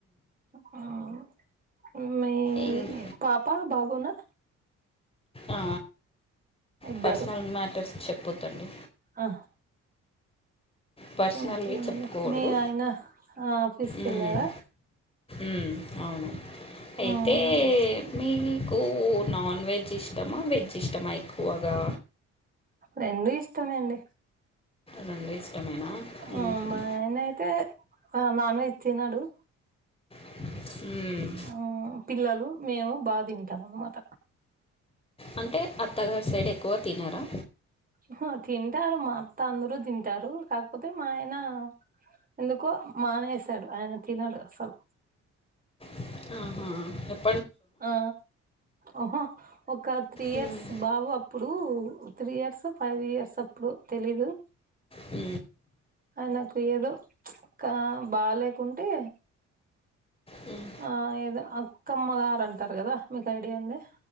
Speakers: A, on the right (about 30°); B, on the left (about 20°).
A: హ్మ్ మీ
B: ఇం
A: పాప బాబు నా
B: ఆ
A: ఇద్దరు
B: పర్సనల్ మ్యాటర్స్ చెప్పొదండి
A: ఆ
B: పర్సనల్
A: ఇంకేమండి
B: వి చెప్పుకోకూడదు
A: మీ ఆయన ఆఫీస్కి
B: ఉమ్
A: వెళ్ళారా
B: ఉ అవును
A: ఉమ్,
B: అయితే మీవి మీకు నాన్ వెజ్ ఇష్టమా వెజ్ ఇష్టమా ఎక్కువగా
A: రెండు ఇష్టమే అండి
B: రెండు ఇష్టమేనా మ్మ్.
A: ఆ మా ఆయన అయితే నాన్ వెజ్ తినడు
B: ఊ
A: ఆ పిల్లలు మేము బా తింటాం అన్మాట
B: అంటే అత్తగారి సైడ్ ఎక్కువ తినరా
A: అహ తింటారు మా అత్త అందరూ తింటారు కాకపోతే మా ఆయన ఎందుకో మానేసాడు ఆయన తినడు అసలు
B: అహ
A: ఆ అహా ఒక త్రీ ఇయర్స్
B: మ్మ్.
A: బాబు అప్పుడు త్రీ ఇయర్స్ ఫైవ్ ఇయర్స్ అప్పుడు తెలీదు
B: ఊ
A: ఆయనకు ఏదో క బాలేకుంటే
B: మ్మ్.
A: ఆ ఏదో అక్కమ్మ గారు అంటారు కదా మీకు ఐడియా ఉంది